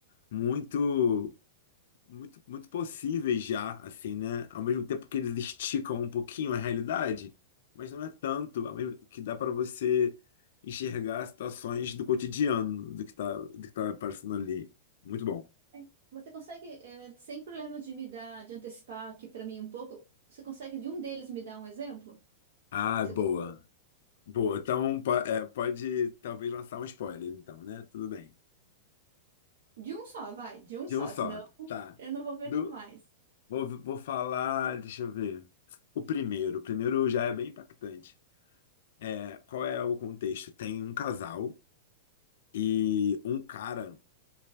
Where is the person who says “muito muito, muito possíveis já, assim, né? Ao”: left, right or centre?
Left